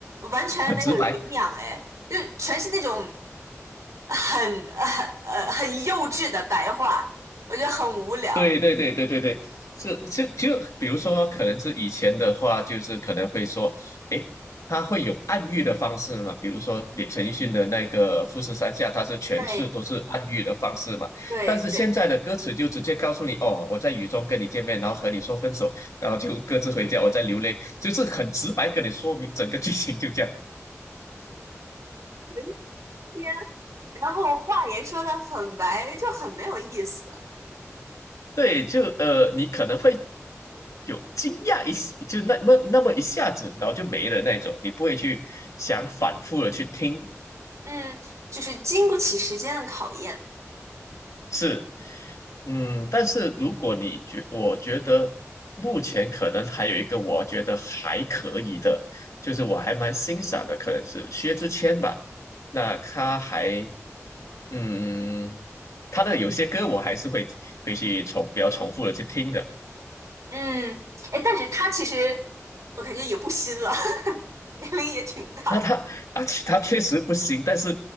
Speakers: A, on the right (about 85°); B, on the left (about 80°).
A: 完全没有营养，
B: 很直白。
A: 哎，就全是那种很呃呃很幼稚的白话，我觉得很无聊。
B: 对对对对对对，是是就比如说，可能是以前的话，就是可能会说，诶，他会有暗喻的方式嘛，比如说李陈奕迅的那个《富士山下》，它是全是都是暗喻的方式嘛。
A: 对对对，
B: 但是现在的歌词就直接告诉你，哦，我在雨中跟你见面，然后和你说分手，然后就各自回家，我在流泪，就是很直白跟你说明整个剧情就这样。
A: 文天然后话也说的很白，就很没有意思。
B: 对，就呃，你可能会有惊讶一时，就那么那么一下子，然后就没了那种，你不会去想反复的去听，
A: 嗯，就是经不起时间的考验。
B: 是，嗯，但是如果你觉，我觉得目前可能还有一个我觉得还可以的，就是我还蛮欣赏的，可能是薛之谦吧，那他还，嗯，他的有些歌我还是会会去重比较重复的去听的。
A: 嗯，哎，但是他其实我感觉也不新了，<laughs> 年龄也挺大的。
B: 啊，他啊，且他确实不行，但是